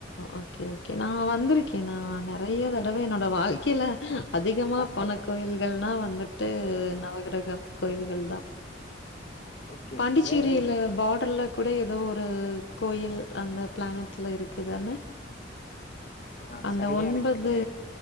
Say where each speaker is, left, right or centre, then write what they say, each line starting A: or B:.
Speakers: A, on the left (about 70°); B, on the left (about 40°).
A: ஓகே ஓகே நா வந்துருக்கே நா நறைய தடவ என்னோட வாழ்க்கையில அதிகமா
B: ஆ
A: போன கோயில்கள்னா வந்துட்டு
B: ஆ
A: நவகிரகம் கோயில்கள் தா
B: ஓகே
A: பாண்டிச்சேரியில
B: ஏன் மேம்
A: பார்டர்ல கூட ஏதோ ஒரு கோயில் அந்த பிளானட்ல இருக்குதானே
B: ஆ
A: அந்த
B: சரியா
A: ஒன்பது
B: எனக்கு